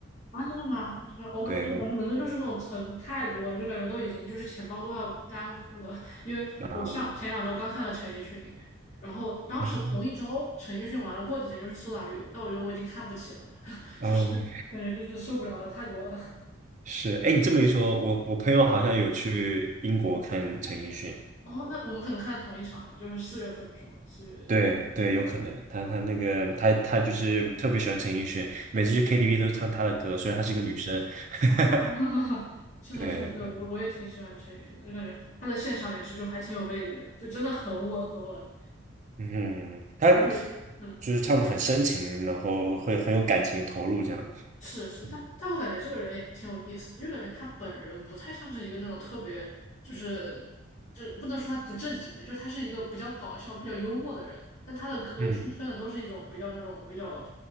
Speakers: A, on the left; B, on the right.
A: 啊，真的吗？就是我感，
B: <laughs> 对，
A: 就感觉伦敦就是那种层太多了，
B: 我
A: 就感觉都已经就是钱包都要干枯了。因为我上前两周刚看了陈奕迅，
B: 嗯，
A: 然后当时同一周陈奕迅完了，
B: 啊，
A: 过几天就是苏打绿，但我觉得我已经看不起了，<laughs>
B: 嗯
A: 就是感觉就是受不了了，太多了。<laughs>
B: 是，哎，你这么一说，我我朋友好像有去英国看陈奕迅，
A: 哦，那我们可能看到同一场了，就是四月份的时候嘛，四月就嗯
B: 对对，有可能，他他那个他他就是特别喜欢陈奕迅，每次去 KTV 都唱他的歌，虽然她是一个女生，
A: 哦
B: <laughs>
A: 啊，
B: 哈哈，
A: <laughs> 是的，
B: 对对，
A: 是的，对我我也挺喜欢陈奕迅的，就感觉他的现场也是就还挺有魅力的，就真的很稳很稳，
B: 嗯，他
A: 而且。嗯。
B: 就是唱的很深情，然后会很有感情的投入这样，
A: 是是，
B: 嗯
A: 但但我感觉这个人也挺有意思的，因为感觉他本人不太像是一个那种特别，就是这不能说他不正经吧，就是他是一个比较搞笑、比较幽默的人，但他的歌出圈的都是一种比较那种比较
B: 嗯，